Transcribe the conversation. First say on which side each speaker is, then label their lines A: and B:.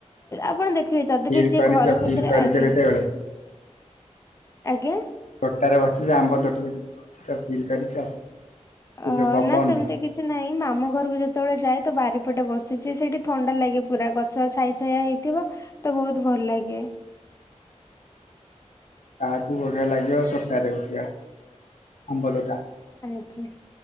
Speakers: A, on the left; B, on the left.
A: ଆପଣ ଦେଖ ଯଦି
B: ଫିଲ୍
A: ବି ଯିଏ
B: କରିଛ
A: ଘର
B: ଫିଲ୍
A: ଭିତରେ
B: କରିଛ
A: ଆଜ୍ଞା
B: କେତେବେଳେ?
A: ଆଜ୍ଞା।
B: ବସିଛ ଆମ୍ବ ଚଟଣି ବସିଛ ଫିଲ୍ କରିଛ? ସେ
A: ଅ
B: ଯୋଉ ପବନ
A: ନା ସେମିତି କିଛି ନାହିଁ ମାମୁଁ ଘରକୁ ଯେତେବେଳେ ଯାଏ ତୋ ବାରିପଟେ ବସିଛି ସେଠି ଥଣ୍ଡା ଲାଗେ ପୁରା ଗଛ ଛାଇ ଛାଇଆ ହେଇଥିବ ତ ବହୁତ ଭଲ ଲାଗେ।
B: ତାଠୁ ବଢିଆ ଲାଗିବ ତୋଟା ରେ ବସିଵା ଆମ୍ବତୋଟା।
A: ଆଜ୍ଞା।